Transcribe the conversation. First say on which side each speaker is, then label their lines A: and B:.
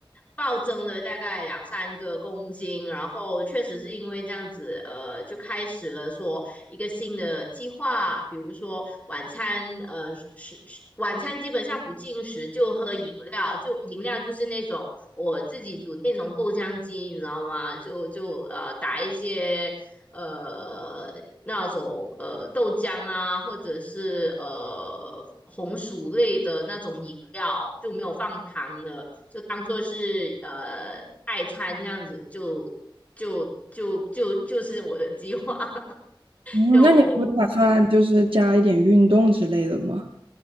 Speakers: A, on the left; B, on the right.
A: 暴增了大概两三个公斤，然后确实是因为这样子，呃，就开始了说一个新的计划，比如说晚餐，呃，是是晚餐基本上不进食，就喝饮料，就饮料就是那种我自己煮那种豆浆机，你知道吗？就就呃打一些呃那种呃豆浆啊，或者是呃红薯类的那种饮料，就没有放糖的，就当做是呃代餐这样子，就就就就就是我的计划，<laughs>
B: 嗯，
A: 就
B: 那你不打算就是加一点运动之类的吗？